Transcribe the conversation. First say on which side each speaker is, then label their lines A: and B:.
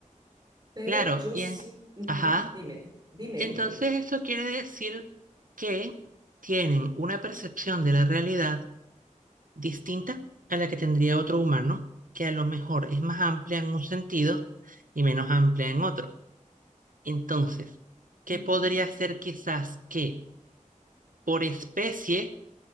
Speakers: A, on the right; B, on the right.
A: Pero
B: claro.
A: yo
B: Y
A: sí,
B: en...
A: ujú,
B: Ajá.
A: Dime, dime,
B: Entonces,
A: dime, dime.
B: eso quiere decir que tienen una percepción de la realidad distinta a la que tendría otro humano, que a lo mejor es más amplia en un sentido y menos amplia en otro. Entonces, ¿qué
A: Ujú,
B: podría ser quizás que por especie